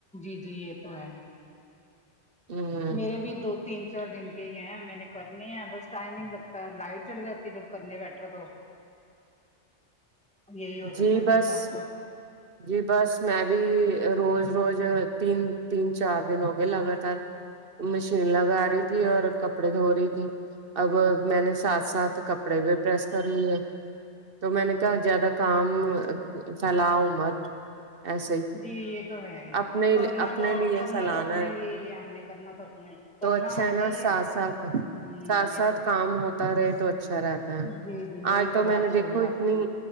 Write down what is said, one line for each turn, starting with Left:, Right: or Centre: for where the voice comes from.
Centre: جی یہ تو ہے
Right: ہ
Centre: میرے بھی دو تین چار دن کے ہی ہیں میں نے کرنے ہیں بس ٹائم ہی نہیں لگتا لائٹ چلی جاتی جب کرنے بیٹھو تو یہی ہو جاتا
Right: جی
Centre: ہے
Right: بس
Centre: میرے ساتھ تو
Right: جی بس میں بھی روز روز تین تین چار دن ہو گئے لگاتار مشین لگا رہی تھی اور کپڑے دھو رہی تھی اب میں نے ساتھ ساتھ کپڑے بھی پریس کر لیے تو میں نے کہا جیادہ کام فیلاؤ مت ایسے ہی
Centre: جی یہ تو ہے ہی
Right: اپنے
Centre: کرنا
Right: اپنے
Centre: تو
Right: لیے
Centre: کرنا
Right: پھیلانا
Centre: تو اپنے لیے ہی ہے ہم نے کرنا تو اپنے کرنا
Right: تو اچھا
Centre: ہم
Right: ہے
Centre: نے
Right: نا
Centre: ہی
Right: ساتھ ساتھ
Centre: ہوں
Right: ساتھ
Centre: یہ
Right: ساتھ
Centre: تو ہے
Right: کام ہوتا رہے تو اچھا رہ تا ہے
Centre: جی جی یہ
Right: آج تو میں
Centre: بات
Right: نے
Centre: صحیح
Right: دیکھو
Centre: ہے آپ
Right: اتنی
Centre: کی